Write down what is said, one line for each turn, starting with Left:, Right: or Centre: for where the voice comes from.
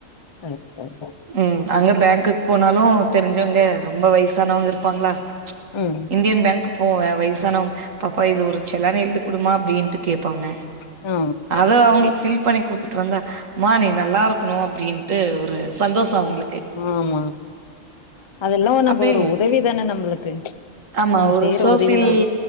Left: கரெக்டா தான்
Right: ம் அங்க பேங்க்குக்கு போனாலும் தெரிஞ்சவங்க ரொம்ப வயசானவங்க இருப்பாங்களா
Left: ம்.
Right: இண்டியன் பேங்க் போவேன் வயசானவங்க பாப்பா இது ஒரு செல்லான் எழுதிக்குடுமா அப்டின்ட்டு கேப்பாங்க
Left: ஆ
Right: அது அவங்களுக்கு ஃபில் பண்ணி குடுத்துட்டு வந்தா மா நீ நல்லா இருக்கணு அப்டின்ட்டு ஒரு சந்தோஷோ அவுங்களுக்கு
Left: ஆமா அதெல்லாம் நம்ம
Right: அப்டி
Left: ஒரு உதவி தானே நம்மளுக்கு
Right: ஆமா
Left: நம்ம
Right: ஒரு
Left: செய்ற
Right: சோசியல்
Left: உதவி தான் அது.